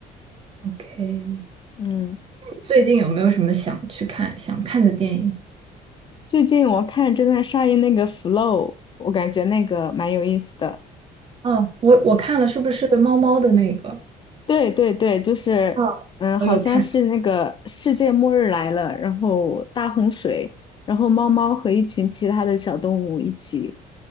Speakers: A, on the right (about 35°); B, on the left (about 30°).
A: ？OK，
B: 嗯，
A: 最近有没有什么想去看想看的电影？
B: 最近我看正在上映那个《Flow》，我感觉那个蛮有意思的。
A: 哦，我我看了，是不是猫猫的那个？
B: 对对对，就是，
A: 嗯，
B: 嗯，好像是那个世界末日来了，
A: 我有看，
B: 然后大洪水，然后猫猫和一群其他的小动物一起